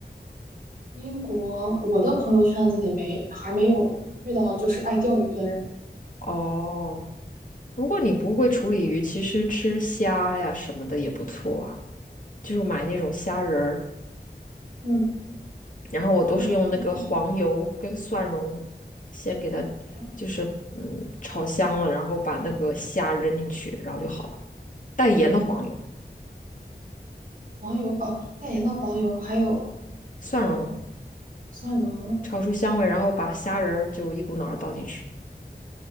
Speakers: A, on the right; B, on the left.
A: 英国，我的朋友圈子里没还没有遇到就是爱钓鱼的人。
B: 哦，如果你不会处理鱼，其实吃虾呀什么的也不错啊，就是买那种虾仁儿，
A: 嗯。
B: 然后我都是用那个黄油跟蒜蓉，
A: 对，那个地
B: 先给它
A: 黄
B: 就是嗯炒香了，然后把那个虾扔进去，然后就好了。带盐的黄油、
A: 黄油哦，带盐的黄油还有
B: 蒜蓉
A: 啊、蒜蓉
B: 炒出香味，然后把虾仁儿就一股脑儿倒进去，